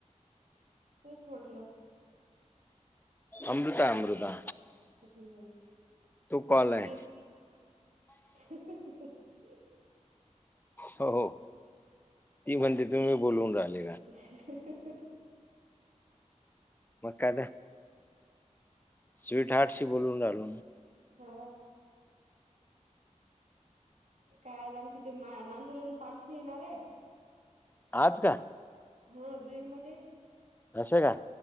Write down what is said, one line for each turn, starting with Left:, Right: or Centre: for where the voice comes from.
Right: तेच म्हंटलं.
Left: अमृता हे अमृता.
Right: हम्म
Left: तो कॉल आहे
Right: ही. <inaudible>
Left: हो हो ती म्हणते तुम्ही बोलवून राहिले का.
Right: <inaudible>
Left: मग काय आता स्वीट हार्टशी बोलू राहिलो.
Right: हा. काय आज आमची ते मा नांदूर येऊन पालखी येणार ये.
Left: आज का.
Right: हा बीडमध्ये.
Left: असे का?